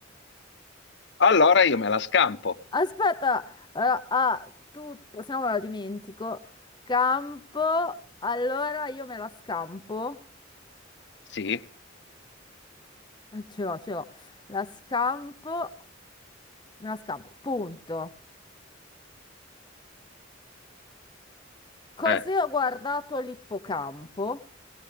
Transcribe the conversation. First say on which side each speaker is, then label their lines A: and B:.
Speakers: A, on the left; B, on the left.
A: Allora io me la scampo.
B: Aspetta, a, a tutto, se no me lo dimentico. Campo, allora io me la scampo.
A: Sì,
B: Eh, Ce l'ho, ce l'ho. La scampo, me la scampo. Punto. Così
A: eh.
B: ho guardato l'ippocampo.